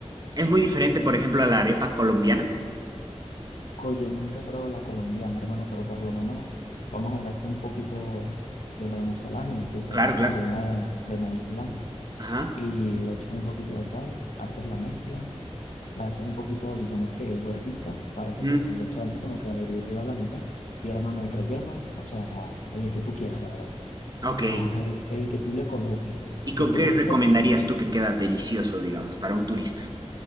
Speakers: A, on the right; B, on the left.
A: Es muy diferente, por ejemplo, a la arepa colombiana.
B: Oye, nunca he probado la colombiana, hermano, pero por lo menos vamos a hablarte un poquito de la venezolana y es que se
A: Claro,
B: hace con
A: claro.
B: harina de, de maíz blanco
A: Ajá.
B: y le echas un poquito de sal, haces la mezcla, la haces un poquito, digamos que gordita para que
A: Ujú.
B: te dé chance como que abrirla a la mitad y hermano el relleno, o sea, el que tú quieras, la verdad. O
A: Ok.
B: sea, <laughs> el, el que tú le coloques,
A: ¿Y con
B: que te
A: qué
B: gusta,
A: recomendarías tú que queda delicioso, digamos, para un turista?